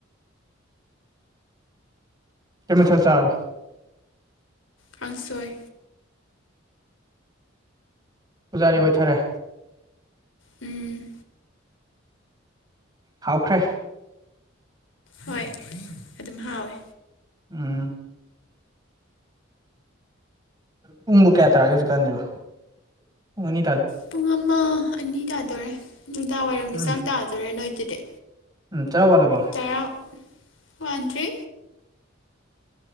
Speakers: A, on the right; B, on the left.
A: ꯀꯃꯤ ꯊꯜ ꯆꯕ
B: ꯄꯪꯁꯣꯏ
A: ꯄꯨꯖꯥꯔꯤ ꯑꯣꯏꯊꯔꯦ
B: ꯎꯝ
A: ꯍꯥꯎꯈ꯭ꯔꯦ
B: ꯍꯣꯏ ꯑꯗꯨꯝ ꯍꯥꯎꯋꯦ
A: ꯎꯝ ꯄꯨꯡꯕꯨ ꯀꯌꯥ ꯇꯥꯔꯒꯦ ꯍꯧꯁꯨꯛ ꯀꯥꯟꯁꯨꯅꯤ
B: ꯄꯨꯡ ꯑꯃ ꯑꯅꯤ ꯇꯥꯗꯣꯔꯦ ꯅꯨꯅꯨꯡꯗꯥꯡ ꯋꯥꯏꯔꯝꯒꯤ
A: ꯎꯝ
B: ꯆꯥꯡ ꯇꯥꯗꯣꯔꯦ ꯅꯣꯏꯗꯨꯗꯤ
A: ꯎꯝ ꯆꯔꯥ ꯋꯥꯠꯂꯕꯣ
B: ꯇꯔꯥ ꯍꯥꯟꯖꯤ